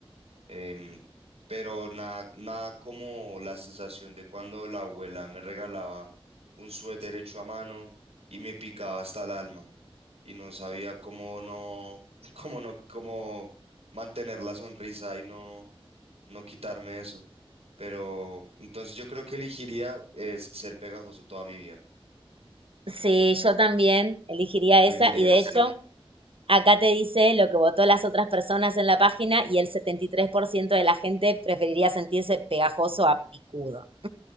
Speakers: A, on the right; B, on the right.
A: em, pero nada, nada como la sensación de cuando la abuela me regalaba un suéter hecho a mano y me picaba hasta el alma y no sabía cómo no, <laughs> cómo no, cómo mantener la sonrisa y no, no quitarme eso. Pero entonces yo creo que elegiría es ser pegajoso toda mi vida.
B: Sí, yo también elegiría
A: ¿Tú qué elegirías?
B: esa y de hecho
A: Sí.
B: acá te dice lo que votó las otras personas en la página y el 73% de la gente preferiría sentirse pegajoso a picudo.